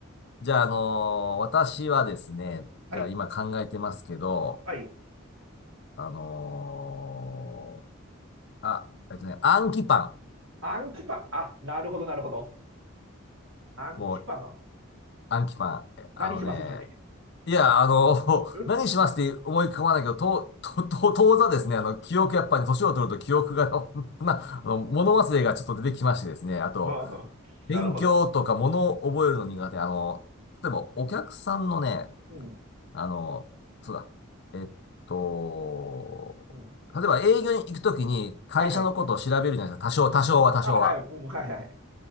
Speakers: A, on the left; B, on the right.
A: じゃあ、あのー私はですね、
B: はい。
A: じゃあ、今考えてますけど、
B: はい。
A: あのーあ、えっとね、暗記パン。
B: アンキパン。あ、なるほど、なるほど。アンキパンは。
A: もう、暗記パン。えあのね、
B: 何しますそれで。
A: いや、あの、
B: うん
A: <laughs> 何しますって思い浮かばないけど、と、と、と、<laughs> 当座ですね、あの、記憶、やっぱり年を取ると記憶が <laughs>、な、あの、物忘れがちょっと出てきましてですね、あと、
B: はあなるほど。
A: 勉強とか物を覚えるの苦手、
B: うん。
A: あの、例えばお客さんのね、
B: うん。
A: あの、そうだ、えっと、
B: うん。
A: 例えば営業に行くときに会社のことを調べるじゃないですか、
B: はいはい。
A: 多少、多少は、多少は。
B: あ、はい。うん、はいはい。